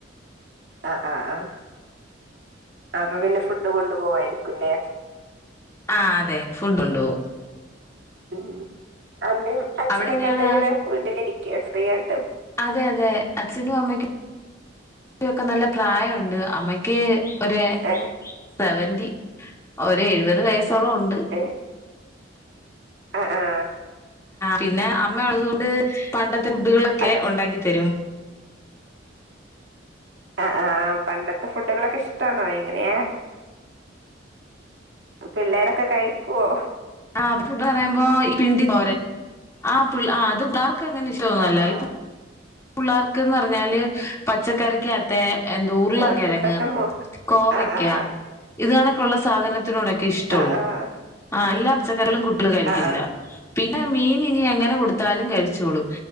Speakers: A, on the right; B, on the left.
A: ആ ആ ആ അപ്പ പിന്നെ ഫുഡ്‌കൊണ്ടുപോവുവായിരിക്കുല്ലേ?
B: ആ അതെ ഫുഡോണ്ടോവും.
A: <unintelligible> അമ്മേം അച്ഛനൊക്കെ
B: അവിടെ എങ്ങനെയാണ്
A: എന്താചെയ്യണേ വീട്ടിലിരിക്കാ ഫ്രീയായിട്ട്?
B: അതെ അതെ അച്ഛനും <unintelligible> നല്ല പ്രായോണ്ട് അമ്മക്ക് ഒരേ
A: ഏ
B: സെവേന്റി. ഒരെഴുപത് വയസ് സോളോണ്ട്.
A: ഏ ആ ആ
B: പിന്നെ അപ് മ്മയൊള്ളതോണ്ട് പണ്ടത് ഫുഡ്‌കളക്കെ
A: അച്ഛ
B: ഒണ്ടാക്കിത്തരും.
A: ആ ആ പണ്ടത്തെ ഫുഡ്‌കളൊക്കെ ഇഷ്ട്ടാണോ എങ്ങനെയാ പിള്ളേരൊക്കെ കഴിക്കുവോ?
B: ആ ഫുഡന്ന്‌ പറയുമ്പ ഈ പിണ്ടിത്തോരൻ ആ പിള്ള് ആ അത് പിള്ളാർ ക്കങ്ങനെ ഇഷ്ട്ടൊന്നുവല്ല
A: ആ ആ
B: ഈ പു പുള്ളാർക്കെന്നു പറഞ്ഞാല് പച്ചക്കറിക്കാത് ത്തെ എന്ത്‌ ഉർളൻ
A: ഓർക്ക്
B: കെഴങ്ങ്
A: ഇപ്പത്തെ മോ
B: കോവക്കാ
A: ആ ആ
B: ഇതണക്കുള്ള സാധനത്തോടൊക്കെ ഇഷ്ട്ടൊള്ളു
A: ആ ആ ആ
B: ആ എല്ലാ ക്കരളും കുട്ട്യള് കഴിക്കില്ല
A: ആ
B: പിന്നെ മീൻ ന്നിനിയെങ്ങനെ കൊട് ത്താലും കഴിച്ചോളും